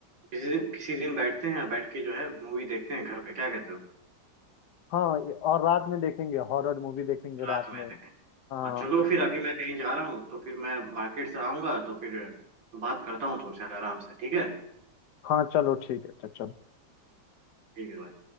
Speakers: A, on the right; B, on the left.
A: किसी दिन किसी दिन बैठते हैं बैठ के जो है मूवी देखते हैं घर पे क्या कहते हो
B: हाँ ये- और रात में देखेंगे हॉरर मूवी देखेंगे रात
A: रात में
B: में
A: देखें
B: हाँ
A: हाँ चलो फिर अभी मैं कहीं जा रहा हूँ तो फिर मैं मार्केट से आऊंगा तो फिर बात करता हूँ तुमसे आराम से ठीक है
B: हाँ चलो ठीक है अच्छा चलो
A: ठीक है भाई